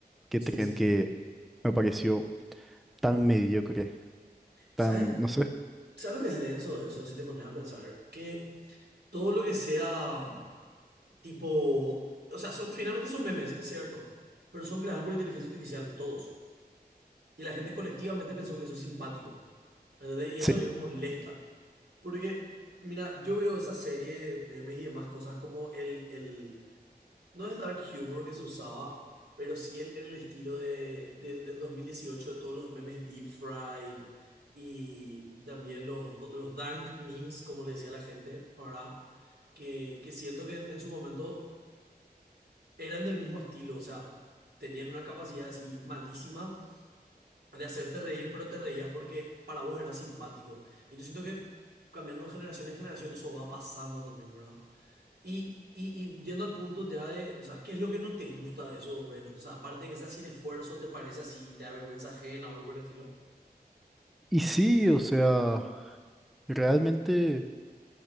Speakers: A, in the centre; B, on the right (about 85°).
A: que
B: Sí,
A: trend
B: sí, sí.
A: que me pareció tan mediocre,
B: ¿Sabes?
A: tan, no sé.
B: ¿Sabes lo que es denso de eso? Si te pones a pensar que todo lo que sea tipo, o sea, son- finalmente son memes, es cierto, pero son creados por inteligencia artificial, todos. Y la gente colectivamente pensó que eso es simpático, ¿entendés? Y
A: Sí,
B: eso a mí me molesta, porque, mira, yo veo esa serie de memes y demás cosas como el, el, no es dark humor que se usaba, pero sí el, el estilo de, del del 2018, de todos los memes deep fried y, y también los, los dank memes, como le decía la gente, ¿verdad? Que, que siento que en, en su momento eran del mismo estilo, o sea, tenían una capacidad así malísima de hacerte reír, pero te reías porque para vos era simpático. Y yo siento que cambiando de generación en generación eso va pasando también, ¿verdad? Y, y, y yendo al punto ya de, o sea, ¿qué es lo que no te gusta de esos dos Brent? O sea, aparte de que sea sin esfuerzo, ¿te parece así? ¿Te da vergüenza ajena o algo por el estilo?
A: Y sí, o sea, realmente